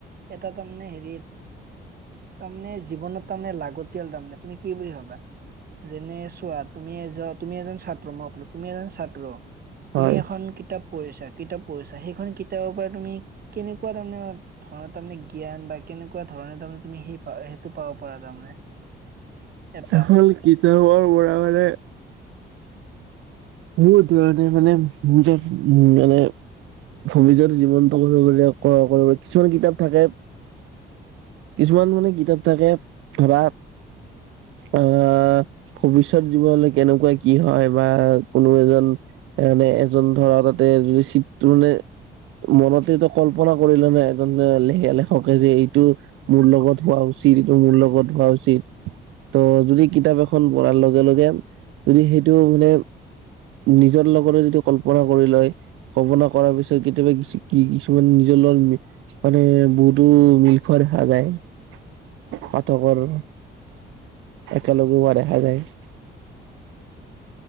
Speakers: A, on the right; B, on the right.
A: এটা তাৰমানে হেৰিত তাৰমানে জীৱনত তাৰমানে লাগত তিয়াল তাৰমানে তুমি কি বুলি ভাবা যেনে চোৱা তুমি এজন তুমি এজন ছাত্ৰ মই ক'লো তুমি এজন ছাত্ৰ
B: হয়
A: তুমি এখন কিতাপ পঢ়িছা কিতাপ পঢ়িছা সেইখন কিতাপৰ পৰা তুমি কেনেকুৱা তাৰমানে ধৰণৰ তাৰমানে জ্ঞান বা কেনেকুৱা ধৰণে তাৰমানে তুমি সেই প সেইটো পাব পাৰা তাৰমানে এটা
B: এখন কিতাপৰ পৰাঢ় মানে মোৰণ মানে যে উ মানে ভৱিষ্যত জীৱনটো কৰিব কৰিব কিছুমান কিতাপ থাকে কিছুমান মানে কিতাপ থাকে ধৰা আহ ভৱিষ্যত জীৱনলৈ কেনেকুৱা কি হয় বা কোনো এজন মানে এজন ধৰা তাতে যদি চিটো মানে মনতেতো কল্পনা কৰিলে ন এজন লে লেখকে যে ইটো মোৰ লগত হোৱা উচিত ইটো মোৰ লগত হোৱা উচিত ত যদি কিতাপ এখন পঢ়াৰ লগে লগে যদি সেইটো মানে নিজৰ লগৰে যদি কল্পনা কৰি লয় কল্পনা কৰাৰ পিছত কেতিয়াবা কি কিছুমান নিজৰ লগত মানে বহুতো মিল খোৱা দেখা যায় পাঠকৰ একেলগে হোৱা দেখা যায়